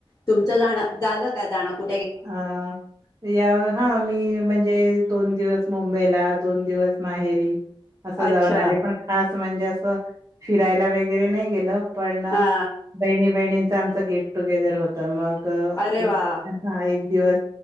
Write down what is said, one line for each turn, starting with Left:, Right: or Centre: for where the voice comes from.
Left: तुमचं जाण झालं काय जाण कु
Right: आ याव हा मी म्हणजे दोन दिवस मुंबईला दोन दिवस माहेरी असं
Left: अच्छा
Right: जाऊन आले पण खास म्हणजे असं फिरायला वगैरे नाही गेलं. पण
Left: हा
Right: बहिणी बहिणीच आमचं गेट टुगेदर होत मग
Left: अरे
Right: एक
Left: वा
Right: हा एक दिवस